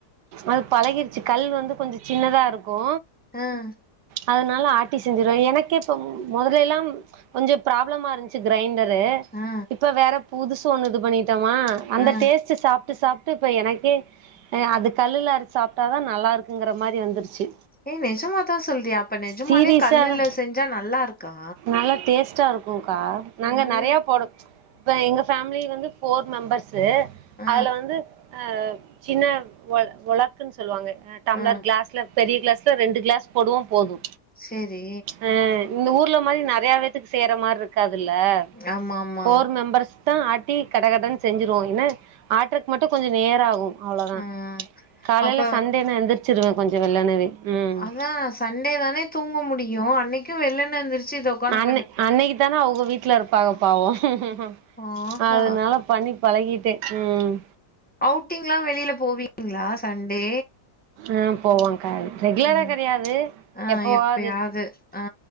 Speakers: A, on the right; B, in the centre.
A: அது பழகிருச்சு கல் வந்து கொஞ்சோ சின்னதா இருக்கு
B: உம்
A: அதனால ஆட்டி செஞ்சிருவே எனக்கே இப்ப மொதல்ல எல்லா கொஞ்சோ ப்ராப்ளமா இருந்துச்சு கிரைண்ட டரு
B: ஆ
A: இப்ப வேற புதுசு ஒன்னு இது பண்ணிட் ட்டமா அந்த
B: ஆ
A: டேஸ்ட் சாப் சாப்ட்டு சாப்ட்டு இப்ப எனக்கே அது கல்லுல அரிச் சாப்பிட்டாதா நல்லா இருக்குங்கிற மாரி வந்துருச்சு
B: ஏ நெஜமாதா சொல்றியா அப்ப நெஜமாலே
A: சீரியஸாதா
B: கல்லுல செஞ்சா நல்லா இருக்கா
A: நல்லா டேஸ்ட்டா இருக்கு க்கா நாங்க
B: ம்
A: நெறைய போடு ச் இப்ப எங்க ஃபேமிலி வந்து ஃபோர் மெம்பர்ஸ் ந்து
B: ஆ
A: அதுல வந்து அ சின்ன வொள் வொளக்குன்னு சொல்வாங்க அ டம்ளர்
B: ஆ
A: கிளாஸ்லப் பெரிய கிளாஸ்ல ரெண்டு கிளாஸ் போடுவோ போது
B: செரி
A: அ இந்த ஊர்ல மாரி நர் வேற பேத்துக்கு செய்ற மாரி இருக்காது இதில்ல
B: ஆமா ஆமா
A: ஃபோர் மெம்பர்ஸ் தா ஆட்டி கடகட செஞ்சிருவோ ஏனா ஆட்றக்கு மட்டு கொஞ்ச நேர ஆகு அவ்ளோதா
B: ஆ
A: காலைல
B: அப்ப
A: சண்டே ந எந்து வச்சுருவே கொஞ்ச வெள்ளனவே ம்
B: அதா சண்டே தானே தூங்க முடியு அன்னைக்கு வெள்ளன்ன எந்திருச்சு இத வொக்காந்
A: அண்ண அன்னைக் தான அவுங்க வீட்ல இருப்பாங்க பாவோ ம்
B: ஆஹா
A: அதனால பண்ணிப் பழகிட்டே ம்
B: அவுட்டிங்ல்லா வெளியில போவீங்களா சண்டே
A: ஆ போவாங்க க ரெகுலரா
B: ம்
A: கெடையாது
B: ஆ
A: எப்போவாது
B: எப்பயாவது ஆ